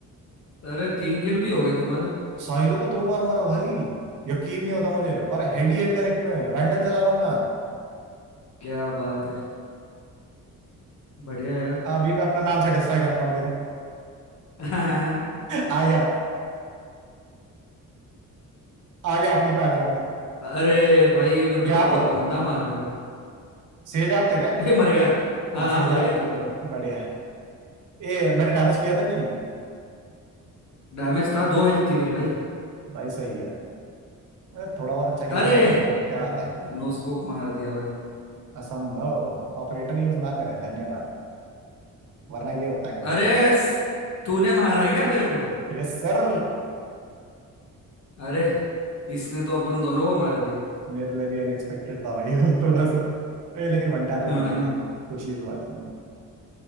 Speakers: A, on the left; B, on the right.
A: अरे तीन किलो भी हो गए तुम्हारे
B: साहिलो को दो बार मारा भाई यकीन नहीं होता मुझे और हेड ही हेड कनेक्ट में है। वैंडल चला रहा हूं मैं आज
A: क्या बात है बढ़िया यार
B: अभी मैं अपना नाम सेटिस्फाई करता हूँ देखो
A: <laughs>
B: आ गया आ गया अपनी पे आ गया मैं
A: अरे भाई ये मेरे
B: ये
A: को तो
B: आप
A: बहुत
B: हो
A: गंदा मार रहा है
B: सेज आप थे क्या
A: <laughs> ए, मर गया हाँ
B: हाँ सेज
A: हाँ मर
B: आप
A: गया
B: थे
A: तू पर
B: बढ़िया ये मैंने डैमेज किया था कि नहीं
A: डैमेज था दो हेल्थ थी मेरी भाई
B: भाई सही है अरे, थोड़ा बहुत अच्छा खेलने
A: अरे
B: लग गया हूँ क्या
A: क्या
B: बात है
A: बात है नो स्कोप मार दिया भाई
B: असंभव ऑपरेटर यूज ना करें धन्यवाद वरना ये होता है कभी
A: अरे
B: कभी
A: स- तूने मारा है क्या मेरे को
B: Yes sir
A: अरे इसने तो अपन दोनों को मार दिया
B: मेरे लिए भी अनएक्सपेक्टेड था भाई वो थोड़ा सा ये लेकिन वन टैप
A: हाँ
B: लगी भाई
A: ना
B: मेरी खुशी इस बात की है